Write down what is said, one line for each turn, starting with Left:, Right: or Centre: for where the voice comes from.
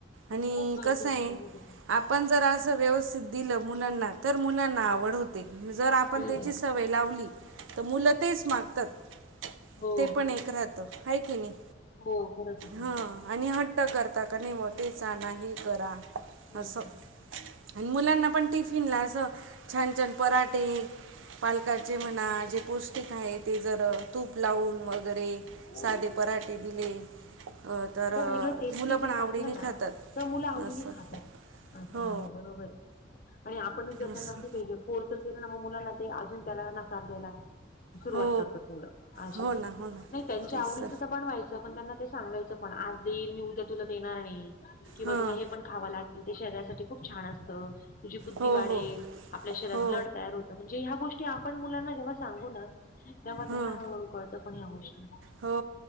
Right: आणि
Left: खूप गरजेचे
Right: कस आहे आप
Left: माहिती आहे का?
Right: आपण जर असं व्यवस्थित दिलं मुलांना तर मुलांना आवड
Left: हा
Right: होते जर आपण
Left: हम्म.
Right: त्याची सवय लावली तर मुलं तेच मागतात
Left: हो
Right: ते पण एक राहत. हाय की नाही?
Left: हो खरंच आहे,
Right: हां
Left: खरच हे.
Right: आणि हट्ट करता का निहा ते सांगा हे करा
Left: हम्म.
Right: असं. आणि मुलांना पण टिफिन ला असं छान, छान पराठे पालकाचे म्हणा जे पौष्टिक आहे ते जर तूप लावून वगैरे
Left: हो
Right: साधे पराठे दिले तर अ,
Left: वेगळ टेस्टी
Right: मुलं
Left: जर
Right: पण आवडीने
Left: टाकलं ना
Right: खातात
Left: तर मुलं आवडीने
Right: असं
Left: खात असं
Right: हो
Left: आहे बरोबर हे आणि आपणच जर
Right: असं
Left: त्यांना वेगळे कोर्सर केलं ना म मुलांना ते अजून त्याला नकार द्यायला सुरुवात
Right: हो
Left: करतात मुलं असे
Right: हो ना
Left: हे
Right: हो ना
Left: नाही त्यांच्या
Right: तेच
Left: आवडीचं तर बनवायचं पण त्यांना ते सांगायचं पण आज देईन मी उद्या तुला देणार नाही. किंवा
Right: हां
Left: तुला हे पण खावं लागेल. ते शरीरासाठी खूप छान असतं, तुझी बुद्धी
Right: हो
Left: वाढेल,
Right: हो
Left: आपल्या शरीरात
Right: हो
Left: ब्लड तयार होत. म्हणजे ह्या गोष्टी आपण मुलांना जेव्हा सांगू ना तेव्हा त्यांना
Right: हां
Left: कळतं पण ह्या गोष्टी.
Right: हो